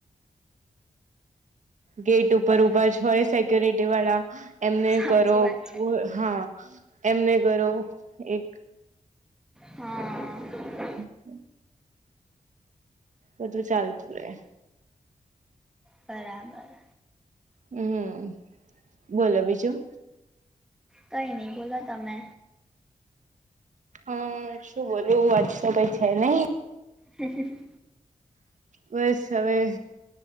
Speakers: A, on the right; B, in the centre.
A: ગેટ ઉપર
B: બરાબર
A: ઊભા હોય સેક્યોરિટી વાળા એમને
B: સાચી
A: કરો
B: વાત છે
A: બૂ હા એમને કરો એક
B: હા <unintelligible>
A: <inaudible> બધું ચાલતું રે.
B: બરાબર.
A: હમ બોલો બીજું
B: કઈ ની બોલો તમે?
A: અ સુ બોલું આજ તો કઈ છે નઈ.
B: હ <unintelligible>
A: બસ હવે